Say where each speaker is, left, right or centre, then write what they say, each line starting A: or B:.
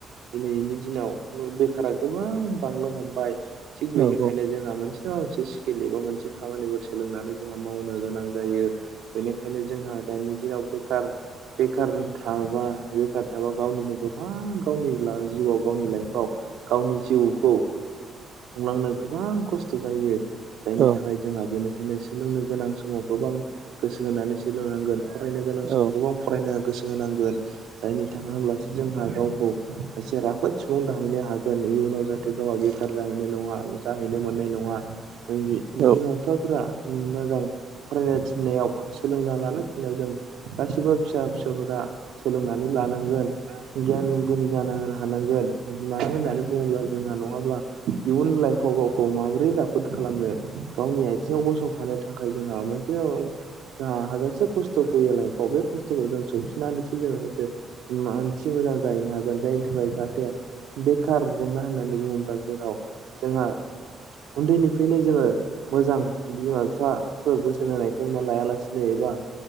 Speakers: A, on the right (about 80°); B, on the right (about 65°).
A: दिनैनि दिनाव बेखारा गोबां बांनो हमबाय। थिग
B: नंगौ
A: बेनिखायनो जोंहा मोनसे नङा मोनसे स्किल एबा मोनसे खामानिफोर सोलोंनानै जोंहा मावनो गोनां जायो बेनिखायनो जोंहा दानि दिनाव बेखार -बेखार थाबा बेखार एबा गावनिनो गोबां गावनि जिउआव गावनि लाइफआव गावनि जिउखौ खुंलांनो गोबां खस्थ' जायो। जायनि
B: औ
A: थाखाय जोंहा बेनिखायनो सोलोंनो गोनां समाव गोबां गोसो होनानै सोलोंनांगोन फरायनो गोनां
B: औ
A: समाव गोबां फरायनो गोसो होनांगोन जायनि थाखाय हब्लासो जोंहा गावखौ सासे राफोद सुबुं दाहैनो हागोन इयुनाव जाहाथे गावहा बेखार जाहैनो नङा जाहैनो मोननाय नङा जोंनि बिमा
B: औ
A: बिफाफ्रा मोजां फरायनाय थिननायाव सोलोंना लानो थिननायाव जों गासिबो फिसा फिसौफोरा सोलोंनानै लानांगोन गियान गुनि जानो हानांगोन मानो होननानै बुङोब्ला जोंहा नङाब्ला इयुन लाइफ खौ गावखौ माबोरै राफोद खालामनो गावनि आथिङाव गसंथानो थाखाय जोंहा मोनसे ओ जोहा हाजासे खस्थ' फैयो लाइफ आ बे खस्त फोरखौ जों सौफसिनानैसो जोङो सासे मानसि मोजां जाहैनो हागोन जायनि थाखाय जाहाथे बेखार जेंना होननानै बुङोब्ला जेराव जोंहा उन्दैनिफ्रायनो जोङो मोजां बिमा बिफा फोर बोसोन होनायखौ लायालासिनो एबा